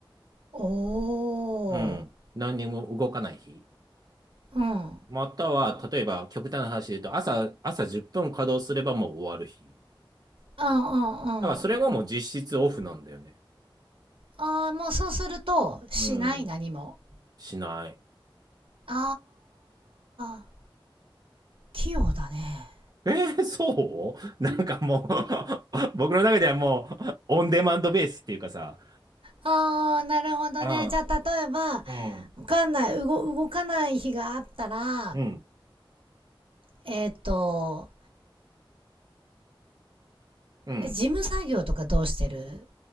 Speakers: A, on the right (about 85°); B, on the right (about 45°).
A: おー。
B: うん。何にも動かない日。
A: うん。
B: または、例えば極端な話で言うと、朝、朝10分稼働すればもう終わる日。
A: うんうんうん。
B: だからそれがもう実質オフなんだよね。
A: ああ、もうそうすると、しない何も。
B: うん。しない。
A: ああ、器用だね。
B: えー、そう <laughs> なんかもう <laughs> 僕の中ではもう、オンデマンドベースっていうかさ、
A: ああ、なるほどね。
B: うん、
A: じゃあ、例えば、
B: うん、
A: わかんない、動、動かない日があったら、
B: うん、
A: えっ、ーと、
B: うん。
A: 事務作業とかどうしてる